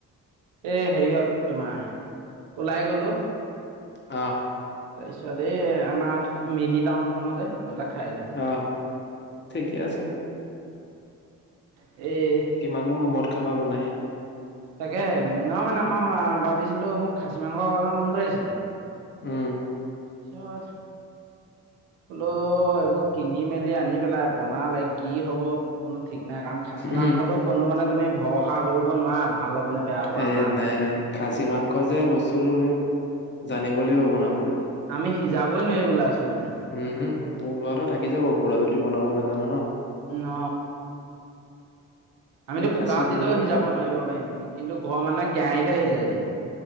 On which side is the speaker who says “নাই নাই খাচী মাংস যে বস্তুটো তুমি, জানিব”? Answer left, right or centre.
Left